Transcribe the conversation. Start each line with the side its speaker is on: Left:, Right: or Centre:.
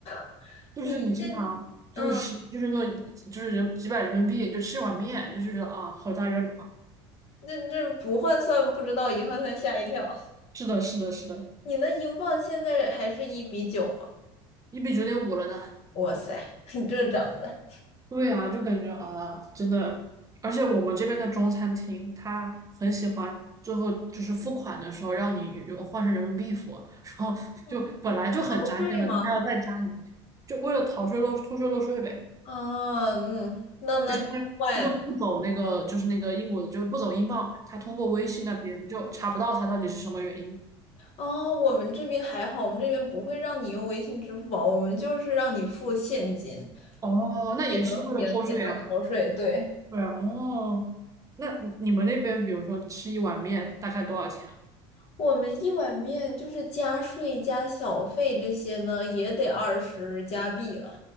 Left: <laughs>
Right: 就是你经常就是十就是那种就是人几百人民币就吃一碗面，
Left: 你这，嗯，
Right: 就是觉得啊，好大冤种啊！
Left: 这这不换算不知道，一换算吓一跳。
Right: 是的，是的，是的，
Left: 你那英镑现在还是一比九吗？
Right: 一比九点五了呢。
Left: 哇塞，<laughs> 你这涨的，
Right: 对啊，就感觉啊，真的，而且我们这边的中餐厅，他很喜欢最后就是付款的时候让你如果换成人民币付啊，<laughs> 然后就本来就很扎心了，
Left: 嗯逃税吗？
Right: 他还要再扎你，就为了逃税漏偷税漏税呗。
Left: 啊，嗯，那那真坏了。
Right: 就是他他就不走那个，就是那个英国的，就是不走英镑嘛，他通过微信那边就查不到他到底是什么原因嘛。
Left: 哦，我们这边还好，我们这边不会让你用微信、支付宝，我们就是让你付现金，
Right: 哦，那也是为了偷税啊。
Left: 也能也也能逃税，对。
Right: 对啊，哦，那你们那边比如说吃一碗面大概多少钱啊？
Left: 我们一碗面就是加税加小费这些呢，也得二十加币了，